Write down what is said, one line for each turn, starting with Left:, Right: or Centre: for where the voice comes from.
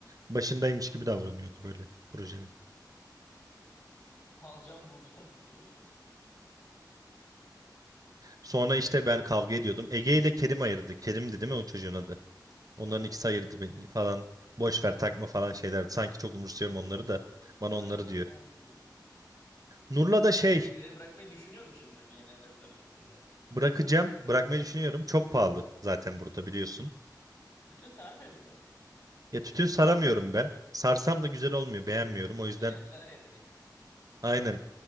Right: Başındaymış gibi davranıyordu böyle projenin.
Left: Alacağım vuracağım <laughs> diyor gibi.
Right: Sonra işte ben kavga ediyordum. Ege ile Kerim ayırdı. Kerim'di değil mi o çocuğun adı? Onların
Left: Aynen
Right: ikisi
Left: aynen.
Right: ayırdı beni falan. Boş ver takma falan şeyler. Sanki çok umursuyorum onları da. Bana
Left: Aynen.
Right: onları diyor.
Left: Aynen.
Right: Nur'la da şey
Left: E, sigarayı bırakmayı düşünüyor musun şimdi yeni hedefler arasında?
Right: bırakacağım.
Left: Tekrardan.
Right: Bırakmayı düşünüyorum. Çok pahalı zaten burada biliyorsun.
Left: Tütün sarmıyorsunuz mu?
Right: Ya tütün saramıyorum ben. Sarsam da güzel olmuyor. Beğenmiyorum. O yüzden
Left: Ya, eller yeteneksiz.
Right: aynen